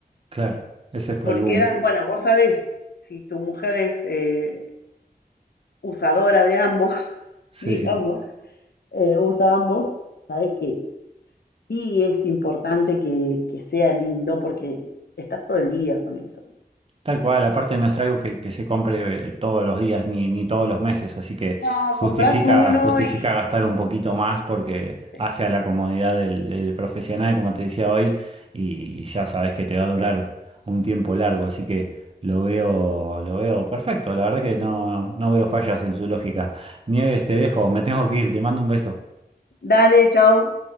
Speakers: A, on the right (about 35°); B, on the left (about 75°).
A: claro, ese fue
B: Porque
A: el boom.
B: eran, bueno, vos sabés, si tu mujer es eh, usadora de ambos, <laughs>
A: Sí,
B: digamos, eh, usa ambos, sabés que sí es importante que, que sea lindo porque estás todo el día con eso.
A: tal cual, aparte no es algo que, que se compre eh, todos los días ni, ni todos los meses, así que
B: No,
A: justifica,
B: compras uno
A: justifica
B: y
A: gastar un poquito más porque
B: sí.
A: hace a la comodidad del, del profesional, como te decía hoy, y, y ya sabes que te va a durar un tiempo largo, así que lo veo, lo veo perfecto, la verdad que no, no veo fallas en su lógica. Nieves, te dejo, me tengo que ir, te mando un beso.
B: dale, chao.